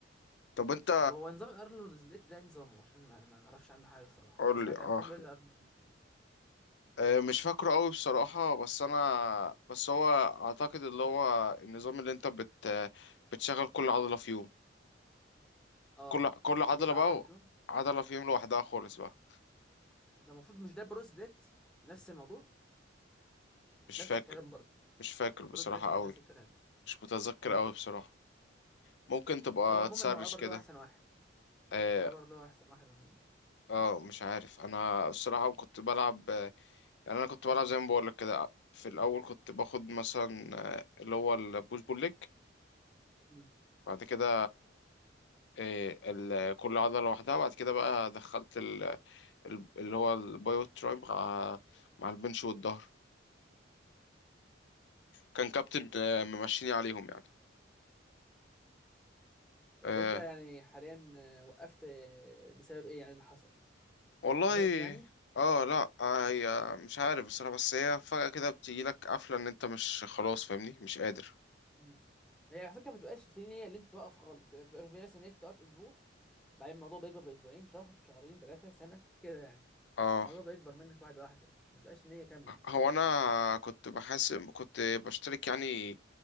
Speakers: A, on the left; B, in the centre.
A: طب انت
B: طب هو نظام الارنولد سبليت ده إيه نظامه عشان ما ما اعرفش عنه حاجه الصراحه
A: قول
B: انا سمعت
A: لي اه
B: عن كله الا الارنولد سبليت
A: آه، مش فاكره قوي بصراحة بس انا بس هو اعتقد اللي هو النظام اللي انت بت بتشغل كل عضلة في يوم
B: اه
A: كل كل عضلة
B: كل
A: بقى
B: عضله فيهم
A: عضلة فيهم لوحدها خالص بقى
B: ده المفروض مش ده بروس بليت نفس الموضوع
A: مش
B: نفس
A: فاكر
B: الكلام برضه
A: مش فاكر
B: هو بروس
A: بصراحة
B: بليت كان
A: قوي
B: نفس الكلام
A: مش متذكر
B: امم
A: قوي بصراحة ممكن تبقى
B: هو عموما
A: تسرش
B: هو ابر
A: كده
B: له احسن واحد
A: اه
B: هو الابر له احسن واحد عموما
A: آه، مش عارف انا الصراحة كنت بلعب آه، يعني انا كنت بلعب زي ما بقولك كده في الاول كنت باخد مثلا آه، اللي هو البوش بول ليج
B: امم
A: بعد كده آه، ال- كل عضلة لوحدها بعد كده بقى دخلت ال- ال- اللي هو البايو تراي مع مع البنش والظهر كان كابتن آه، ممشيني عليهم يعني
B: طب
A: آه،
B: وانت يعني حاليا آه، وقفت آه، بسبب ايه يعني اللي حصل
A: والله
B: زهقت يعني
A: اه لا آه، هي مش عارف بصراحة بس هي فجأة كده بتجيلك قفلة ان انت مش خلاص فاهمني مش قادر
B: امم هي على فكره ما بتبقاش في نيه ان انت توقف خالص يعني بتبقى في نيه مثلا ان انت توقف اسبوع بعدين الموضوع بيكبر باسبوعين شهر شهرين ثلاثه سنه كده يعني
A: اه
B: الموضوع بيكبر منك واحده واحده ما بيبقاش نيه كامله
A: هو انا كنت بحاسب كنت بشترك يعني